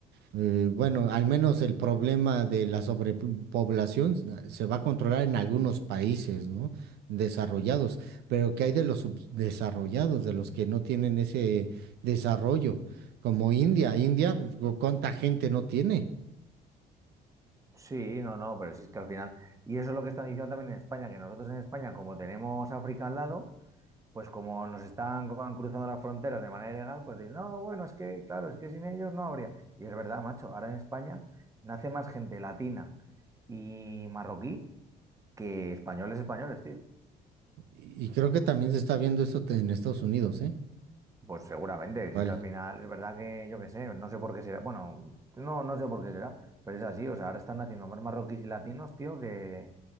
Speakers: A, on the right (about 75°); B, on the right (about 20°).
A: eh, bueno, al menos el problema de la sobrepoblación s- se va a controlar en algunos países, ¿no? desarrollados, pero ¿qué hay de los subdesarrollados, de los que no tienen ese desarrollo? Como India, India, cu- ¿cuánta gente no tiene?
B: Sí, no, no, pero si es que al final, y eso es lo que están diciendo también en España, que nosotros en España, como tenemos África al lado, pues como nos están con- cruzando las fronteras de manera ilegal, pues dicen, no, bueno, es que, claro, es que sin ellos no habría. Y es verdad, macho, ahora en España nace más gente latina y marroquí que españoles españoles, tío.
A: Y y creo que también se está viendo eso te- en Estados Unidos, ¿eh?
B: Pues seguramente,
A: Igual.
B: si es que al final es verdad que yo qué sé, no sé por qué será, bueno, no, no sé por qué será, pero es así, o sea, ahora están naciendo más marroquíes y latinos, tío, que,